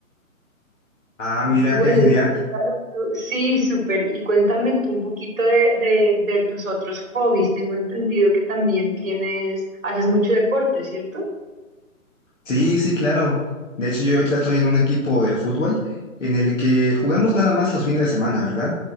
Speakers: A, on the left; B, on the right.
A: Ah, mira,
B: Y bueno,
A: qué genial.
B: y cuéntame tú, sí, súper, y cuéntame tú un poquito de, de, de tus otros hobbies. Tengo entendido que también tienes, haces mucho deporte, ¿cierto?
A: Sí, sí, claro. De hecho, yo ahorita estoy en un equipo de fútbol en el que jugamos nada más los fines de semana, ¿verdad?